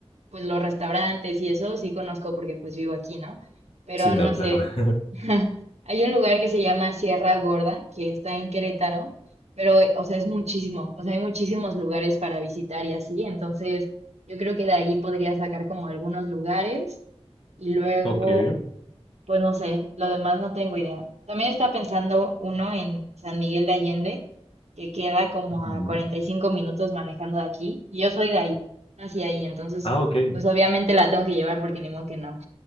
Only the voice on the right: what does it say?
pues los restaurantes y eso sí conozco porque pues vivo aquí, ¿no? Pero
no
sé,
<laughs> hay un lugar que se llama Sierra Gorda, que está en Querétaro, pero, eh, o sea, es muchísimo, o sea, hay muchísimos lugares para visitar y así, entonces yo creo que de ahí podría sacar como algunos lugares y luego...
Pues no sé, lo demás no tengo idea. También está pensando uno en San Miguel de Allende, que queda como
a 45 minutos manejando de aquí, y yo soy de ahí, hacia ahí, entonces,
pues obviamente la tengo que llevar porque ni modo que no.